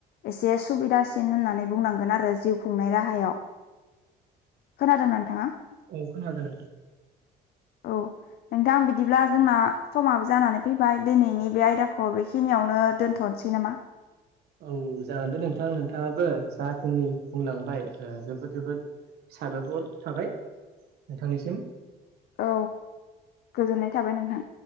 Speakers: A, on the left; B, on the right.
A: एसे सुबिदासिन होननानै बुंनांगोन आरो जिउ खुंनाय राहायाव। खोनादों नोंथाङा?
B: अ खोनादों।
A: औ नोंथां बिदिब्ला जोंना समाबो जानानै फैबाय दिनैनि बे आयदाखौ बेखिनियावनो दोनथ'नोसै नामा?
B: औ जागोन दे नोंथां नोंथाङाबो जाखिनि बुंलांबाय जोबोद जोबोद साबाय हर थाबाय नोंथांनिसिम।
A: औ गोजोननाय थाबाय नोंथां।